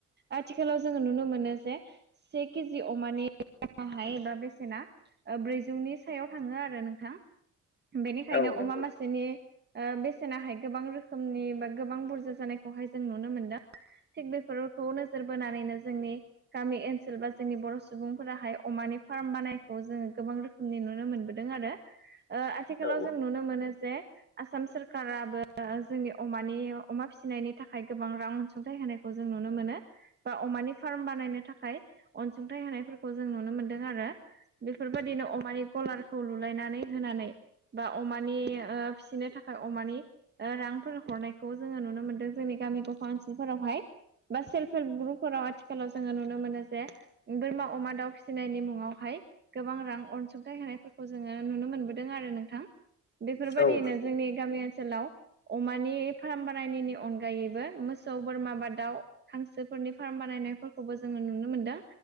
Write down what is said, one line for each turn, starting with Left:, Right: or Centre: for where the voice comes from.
Right: आथिखालाव जोङो नुनो मोनो जे से केजि अमानि गाहाय एबा बेसेना ब्रैजौनि सायाव थाङो आरो नोंथां बेनिखायनो
Left: औ नंगौ
Right: अमा मासेनि ओ बेसेनाहाय गोबां रोखोमनि बा गोबां बुरजा जानायखौहाय जों नुनो मोनदों थिग बेफोरखौ नोजोर बोनानैनो जोंनि गामि ओनसोल बा जोंनि बर' सुबुंफोराहाय अमानि फार्म बानायखौ जोङो गोबां रोखोम नि नुनो मोनबोदों आरो आथिखालाव
Left: औ
Right: जों नुनो मोनो जे आसाम सोरखाराबो जोंनि अमानि अमा फिसिनायनि थाखाय गोबां रां अनसुंथाइ होनायखौ। खौ जों नुनो मोनो बा अमानि फार्म बानायनो थाखाय अनसुंथाइ होनायफोरखौ खौ जों नुनो मोनदों आरो बेफोरबायदिनो अमानि गलारखौ लुलायनानै होनानै बा अमानि फिसिनो थाखाय अमानि रांफोर हरनायखौ जोङो नुनो मोनदों जोंनि गामि गफा ओनसोलफोरावहाय। बा सेल्फ हेल्प ग्रुपफोराव आथिखालाव जोङो नुनो मोनो जे बोरमा अमा दाउ फि सिनायनि मुङावहाय गोबां रां अनसुंथाइ होनायफोरखौ जोङो नुनो मोनबोदों आरो नोंथां। बेफोरबायदियैनो
Left: औ नंगौ
Right: जोंनि गामि ओनसोलाव अमानि फार्म बारायनायनि अनगायैबो मोसौ बोरमा बा दाउ हांसोफोरनि फार्म बानायनायफोरखौबो जोङो नुनो मोनदों